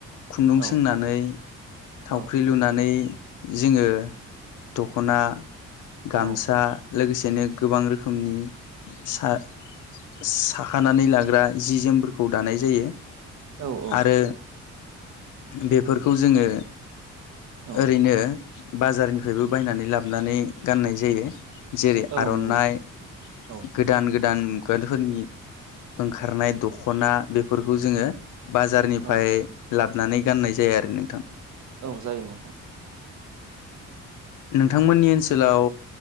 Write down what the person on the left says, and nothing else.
खुन्दुं
सोंनानै थावख्रि
लुनानै जोङो दख'ना गामसा
लोगोसेनो गोबां रोखोमनि सा साखानानै लाग्रा जि जोमफोरखौ दानाय जायो
आरो बेफोरखौ जोङो
ओरैनो बाजारनिफ्रायबो बायनानै लाबनानै गाननाय जायो जेरै
आर'ननाइ
गोदान गोदान मुगादफोरनि ओंखारनाय दख'ना बेफोरखौ जोङो बाजारनिफाय
लाबनानै गाननाय जाया आरो नोंथां
नोंथांमोननि ओनसोलाव।